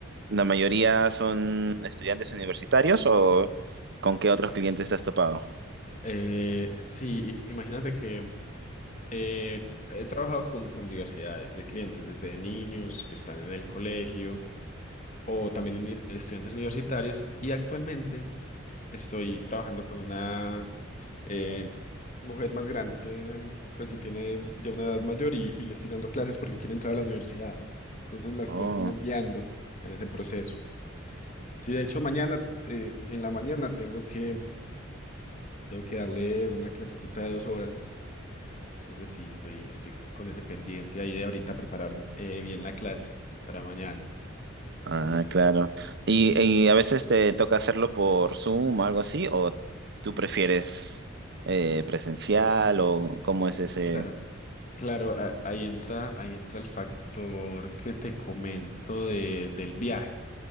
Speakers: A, on the right (about 60°); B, on the left (about 40°).
A: la mayoría son estudiantes universitarios o ¿con qué otros clientes te has topado?
B: Eh, sí, imagínate que eh, he trabajado con, con diversidad de, de clientes, desde niños que están en el colegio o también uni- estudiantes universitarios y actualmente estoy trabajando con una eh, mujer más grande, tiene, pues sí, tiene ya una edad mayor y, y le estoy dando clases porque quiere entrar a la universidad. Entonces la estoy
A: Oh,
B: como guiando en ese proceso. Sí, de hecho mañana, eh, en la mañana tengo que, tengo que darle una clasecita de dos horas Entonces sí, estoy, estoy con ese pendiente ahí de ahorita preparar eh, bien la clase para mañana.
A: ah,
B: Imagínate.
A: claro. ¿Y, y a veces te toca hacerlo por Zoom o algo así? ¿O tú prefieres eh, presencial o cómo es ese?
B: Claro, claro, a- ahí entra, ahí entra el factor que te comento de, del viaje,